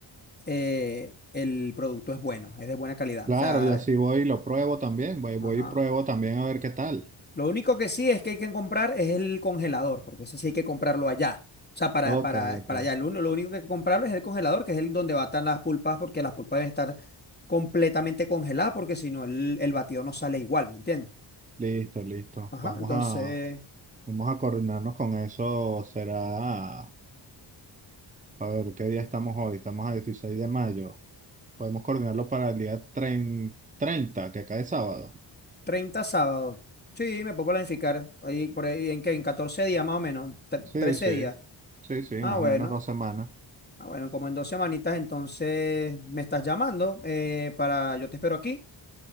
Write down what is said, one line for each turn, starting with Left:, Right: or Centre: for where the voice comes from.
Left: eh, el producto es bueno, es de buena calidad.
Right: Claro,
Left: O sea,
Right: y así voy y lo pruebo también, voy, voy
Left: ajá.
Right: y pruebo también a ver qué tal.
Left: Lo único que sí es que hay que comprar es el congelador, porque ese sí hay que comprarlo allá. O sea, para,
Right: Ok,
Left: para,
Right: ok.
Left: para allá. Lo, ún- lo único que hay que comprarlo es el congelador, que es el donde batan las pulpas, porque las pulpas deben estar completamente congeladas, porque si no, el, el batido no sale igual, ¿me entiendes?
Right: Listo, listo.
Left: Ajá,
Right: Vamos
Left: entonces,
Right: a, vamos a coordinarnos con eso. Será, a ver, ¿qué día estamos hoy? Estamos a 16 de mayo. Podemos coordinarlo para el día trein- 30, que cae sábado.
Left: 30 sábado. Sí, me puedo planificar. Ahí, por ahí, ¿en qué? En 14 días más o menos, tre-
Right: Sí,
Left: 13
Right: sí,
Left: días.
Right: sí, sí,
Left: Ah,
Right: más
Left: bueno.
Right: o menos dos semanas.
Left: Ah, bueno, como en dos semanitas, entonces me estás llamando eh, para, yo te espero aquí